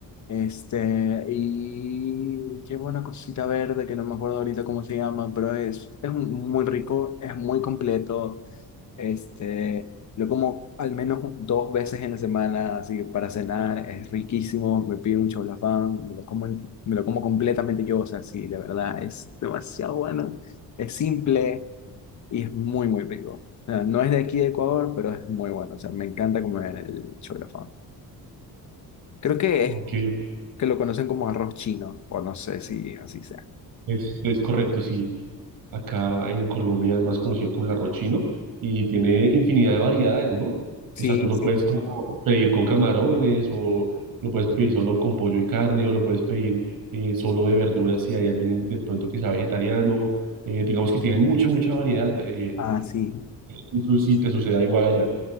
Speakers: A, on the left (about 45°); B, on the right (about 60°).
A: este, y lleva una cosita verde que no me acuerdo ahorita cómo se llama, pero es, es muy rico, es muy completo. Este, lo como al menos dos veces en la semana, así para cenar, es riquísimo, me pido un chaulafán, me lo como, en- me lo como completamente yo, o sea, sí, la verdad, es demasiado bueno, es simple y es muy, muy rico. O sea, no es de aquí de Ecuador, pero es muy bueno, o sea, me encanta comer el chaulafán. Creo que
B: ok,
A: es
B: ok.
A: que lo conocen como arroz chino, o no sé si así sea.
B: Es, es correcto, sí. Acá en Colombia es más conocido como el arroz chino y tiene infinidad de variedades, ¿no?
A: Sí,
B: O sea, tú lo
A: sí.
B: puedes como pedir con camarones o lo puedes pedir solo con pollo y carne o lo puedes pedir eh, solo de verduras si hay alguien de pronto que sea vegetariano. Eh, digamos que tiene mucha, mucha variedad eh,
A: Ah, sí.
B: y tú- si te suceda igual allá.